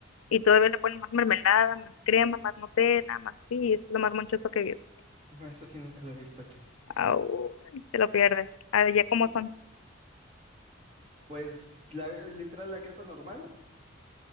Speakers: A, on the left; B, on the right.
A: Y todavía le ponen más mermelada, más crema, más Nutella, más así, y es lo más monchoso que he visto.
B: Ah, Eso sí, nunca lo he visto aquí.
A: Ay, te lo pierdes. Allá como
B: Mm,
A: son.
B: Pues la, literal, la crepa normal